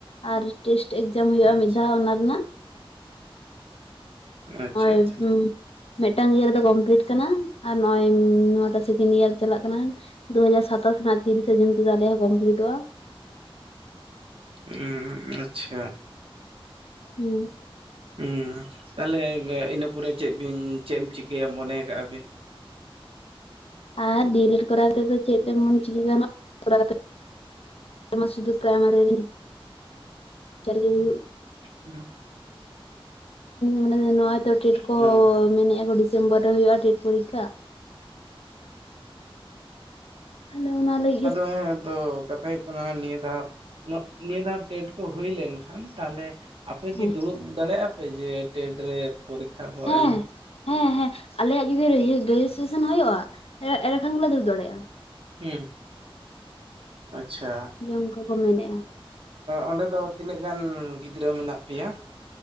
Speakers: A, on the left; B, on the right.
A: ᱟᱨ ᱴᱮᱥᱴ ᱮᱠᱡᱟᱢ ᱦᱳᱭᱳᱜᱼᱟ
B: ᱟᱪᱪᱷᱟ
A: ᱢᱤᱫ ᱫᱷᱟᱣ ᱚᱱᱟ ᱨᱮᱱᱟᱜ
B: ᱟᱪᱪᱷᱟ
A: ᱳᱭ
B: ᱟᱪᱪᱷᱟ
A: ᱢᱤᱫᱴᱟᱝ ᱤᱭᱟᱹ ᱨᱮᱫᱚ ᱠᱚᱢᱯᱞᱤᱴ ᱠᱟᱱᱟ ᱟᱨ ᱱᱚᱜ ᱚᱭ ᱱᱚᱣᱟᱴᱟᱜ ᱥᱮᱠᱮᱱᱰ ᱤᱭᱟᱨ ᱪᱟᱞᱟᱜ ᱠᱟᱱᱟ᱾ ᱫᱩᱦᱡᱟᱨ ᱥᱟᱚᱛᱟᱥ ᱨᱮᱱᱟᱜ ᱛᱤᱨᱤᱥᱮ ᱡᱩᱱ ᱛᱚ ᱟᱞᱮᱭᱟᱜ ᱠᱚᱢᱯᱞᱤᱴᱚᱜᱼᱟ᱾
B: ᱦᱩᱸ ᱟᱪᱪᱷᱟ
A: ᱦᱮᱸ
B: ᱦᱩᱸ ᱛᱟᱦᱚᱞᱮ ᱤᱱᱟᱹ ᱯᱚᱨᱮ ᱪᱮᱫ ᱵᱤᱱ ᱪᱮᱫ ᱮᱢ ᱪᱤᱠᱟᱹᱭᱟ ᱢᱚᱱᱮ ᱠᱟᱜᱼᱟ ᱵᱤᱱ
A: ᱟᱨ ᱰᱤᱞ ᱮᱰ ᱠᱚᱨᱟᱣ ᱠᱟᱛᱮᱫ ᱫᱚ ᱪᱮᱫ ᱛᱮᱚᱱ ᱪᱤᱠᱟᱹ ᱜᱟᱱᱚᱜᱼᱟᱟᱣ <inaudible> ᱠᱟᱛᱮ ᱥᱩᱫᱷᱩ ᱯᱨᱟᱭᱢᱟᱨᱤ <inaudible> ᱴᱮᱪᱟᱨ ᱦᱩᱭᱩᱜ
B: ᱦᱩᱸ <unintelligible>
A: ᱢᱟᱱᱮ ᱱᱚᱜᱚᱭᱛᱚ ᱴᱮᱰ ᱠᱚ
B: ᱦᱮᱸ
A: ᱢᱮᱱᱮᱫᱼᱟ ᱰᱤᱥᱮᱢᱵᱚᱨ ᱨᱮ ᱦᱩᱭᱩᱜᱼᱟ ᱴᱮᱴ ᱯᱚᱨᱤᱠᱠᱷᱟ ᱦᱮᱞ ᱚᱱᱟᱮ <unintelligible>
B: ᱟᱫᱚ ᱦᱮᱸ ᱛᱚ ᱠᱟᱛᱷᱟ ᱦᱩᱭᱩᱜ ᱠᱟᱱᱟ ᱱᱤᱭᱟᱹ ᱫᱷᱟᱣ ᱱᱤᱭᱟᱹ ᱫᱷᱟᱣ ᱴᱮᱴ ᱠᱚ ᱦᱩᱭ ᱞᱮᱱᱠᱷᱟᱱ ᱛᱟᱦᱞᱮ ᱟᱯᱮ ᱠᱤ
A: ᱦᱮᱸ
B: ᱫᱩᱲᱩᱵ ᱫᱟᱲᱮᱭᱟᱜ ᱟᱯᱮ ᱡᱮ ᱴᱮᱴ ᱨᱮ ᱯᱚᱨᱤᱠᱷᱟ ᱠᱚ
A: ᱦᱮᱸ
B: ᱮᱢ
A: ᱦᱮᱸ ᱦᱮᱸ ᱟᱞᱮᱭᱟᱜ ᱡᱩᱫᱤ ᱨᱮᱡᱤᱥᱴᱨᱮᱥᱚᱱ ᱦᱩᱭᱩᱜᱼᱟ, ᱮᱸᱰᱮᱠᱷᱟᱱ ᱜᱮᱞᱮ ᱫᱩᱲᱩᱵ ᱫᱟᱲᱮᱭᱟᱜᱼᱟ᱾
B: ᱦᱩᱸ ᱟᱪᱪᱷᱟ
A: ᱡᱮ ᱚᱱᱠᱟ ᱠᱚ ᱢᱮᱱᱮᱫᱼᱟ
B: ᱚᱸᱰᱮ ᱫᱚ ᱛᱤᱱᱟᱹᱜ ᱜᱟᱱ ᱜᱤᱫᱽᱨᱟᱹ ᱢᱮᱱᱟᱜ ᱯᱮᱭᱟ?